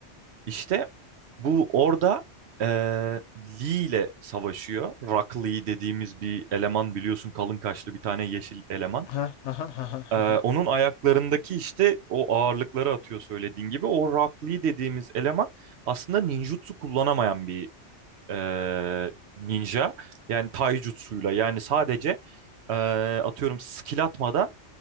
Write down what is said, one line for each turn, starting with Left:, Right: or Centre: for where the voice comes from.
Right: İşte bu orada eee, Lee ile savaşıyor. Rock Lee dediğimiz bir eleman biliyorsun kalın kaşlı bir tane yeşil eleman.
Left: Ha ha ha ha ha
Right: Eee,
Left: ha.
Right: onun ayaklarındaki işte o ağırlıkları atıyor söylediğin gibi. O Rock Lee dediğimiz eleman aslında ninjutsu kullanamayan bir eee, ninja. Yani taijutsuyla yani sadece eee, atıyorum skill atmadan